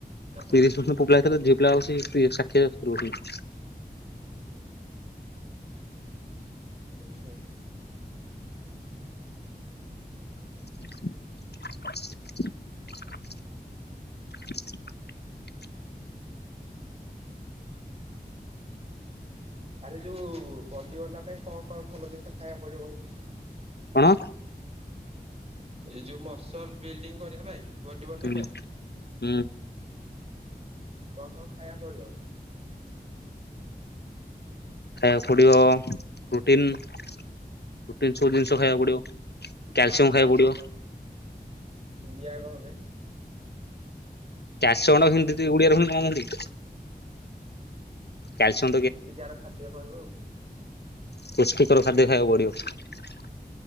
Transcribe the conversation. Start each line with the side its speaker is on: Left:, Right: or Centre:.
Right: ହୁଁ
Left: ତିରିଶ ପରସେଣ୍ଟ ପୁଅ ପିଲା ହେଇଥିଲେ ପିଲ ଅଛି ସାକ୍ଷୀତ୍ରଛି <inaudible>
Right: ହୁଁ
Left: <unintelligible>
Right: ଆରେ ଯୋଉ ବଡିଗା ପାଇଁ କଣ କଣ ଭଲ ଜିନିଷ ଖାଇବାକୁ ପଡିବ କହିଲି
Left: କଣ
Right: ଏଇ ଯୋଉ ମସଲ ବିଲ୍ଡିଂ କରିବା ପାଇଁ ବଡି ବନା
Left: ହୁଁ
Right: ପାଇଁ
Left: ହୁଁ
Right: କଣ କଣ ଖାଇବା ପଡିବ
Left: ଖାଇବାକୁ ପଡିବ ପ୍ରୋଟିନ ପ୍ରୋଟିନ ସବୁ ଜିନିଷ ଖାଇବାକୁ ପଡିବ କ୍ୟାଲସିୟମ
Right: ହା କାଲସିଅମ
Left: ପଡିବ
Right: ଖାଇବାକୁ ପଡ଼ିବ ଓଡ଼ିଆ କହ ବେ
Left: କ୍ୟାଲସିୟମ ଟାକୁ ସେମିତି ଯଦି ଓଡ଼ିଆରେ କଣ କହନ୍ତି କ୍ୟାଲସିୟମ
Right: ପୃଷ୍ଟି ସାର ଖାଦ୍ୟ କହିବୁ ଆଉ
Left: ପୁଷ୍ଟପିକର ଖାଦ୍ୟ ଖାଇବାକୁ ପଡିବ